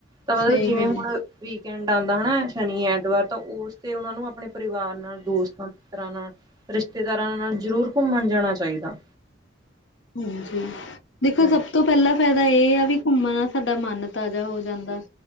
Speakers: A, on the right; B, on the left.
A: ਤਾਂ ਮਤਲਬ
B: ਸਹੀ
A: ਜਿਵੇਂ
B: ਗੱਲ।
A: ਹੁਣ ਵੀਕਐਂਡ ਆਉਂਦਾ ਹੈ ਨਾ ਸ਼ਨੀ-ਐਤਵਾਰ ਤਾਂ ਉਸ ਤੇ ਉਹਨਾਂ ਨੂੰ ਆਪਣੇ ਪਰਿਵਾਰ ਨਾਲ ਦੋਸਤਾਂ ਮਿੱਤਰਾਂ ਨਾਲ ਰਿਸ਼ਤੇਦਾਰਾਂ ਨਾਲ ਜ਼ਰੂਰ ਘੁੰਮਣ ਜਾਣਾ ਚਾਹੀਦਾ।
B: ਹਾਂਜੀ, ਦੇਖੋ
A: ਹਾਂਜੀ
B: ਸਭ ਤੋਂ ਪਹਿਲਾਂ ਫਾਇਦਾ ਇਹ ਆ ਵੀ ਘੁੰਮਣ ਦਾ ਸਾਡਾ ਮਨ ਤਾਜ਼ਾ ਹੋ ਜਾਂਦਾ,